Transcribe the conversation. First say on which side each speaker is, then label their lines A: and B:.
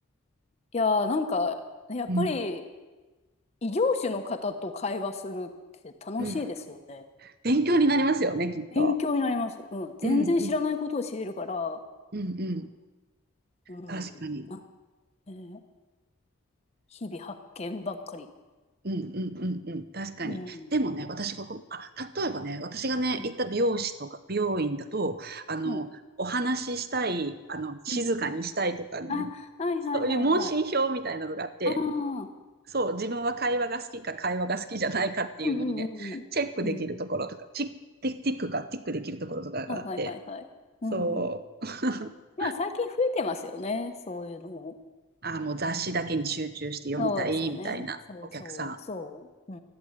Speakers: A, on the left; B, on the right.
A: いやーなんか、やっぱり
B: うん。
A: 異業種の方と会話するって楽しいですよね。
B: うん。勉強になりますよね、きっと。
A: 勉強になります。うん。全然知らないことを知れるから、
B: うんうん。うんうん。
A: うん。
B: 確かに。
A: あ、えー日々発見ばっかり。
B: うんうんうんうん。確かに。
A: うん。
B: でもね、私がこう、あ、例えばね、私がね、
A: うん。
B: 行った美容師とか、美容院だと、あの、
A: うん。
B: お話ししたい、あの、静かにしたいとかね、
A: うん。あ、はいはいはいはい。
B: そういう問診票みたいなのがあって、
A: ああ。
B: そう、自分は会話が好きか会話が好きじゃないかっていうのにね、
A: うんうんうんうん。
B: チェックできるところとか、
A: うん。
B: チッティティックか、ティックできるところとかがあって、
A: はいはいはいはい。うんうん。
B: そう、
A: い
B: <laughs>
A: や、最近増えてますよね、そういうのも。
B: あー、もう雑誌だけに集中して読みたいみたいなお客さん。
A: そうですよね。そうそう、そう。う